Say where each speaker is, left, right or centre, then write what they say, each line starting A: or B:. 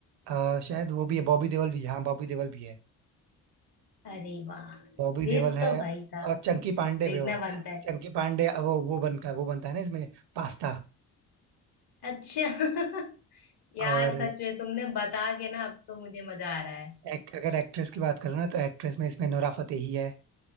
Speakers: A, on the right (about 70°); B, on the left (about 65°).
A: अ, शायद वो भी है बॉबी देओल भी है, हाँ बॉबी देओल भी है
B: अरे वाह
A: बॉबी
B: फिर
A: देओल है
B: तो भाई साहब
A: और चंकी
B: <laughs>
A: पांडे
B: देखना
A: भी हो
B: बनता है
A: चंकी पांडे वो वो बनता है वो बनता है ना इसमें पास्ता
B: अच्छा <laughs> यार
A: और
B: सच में तुमने बता के ना अब तो मुझे मजा आ रहा है
A: एक, अगर एक्ट्रेस की बात करो ना तो एक्ट्रेस में इसमें नोरा फतेही है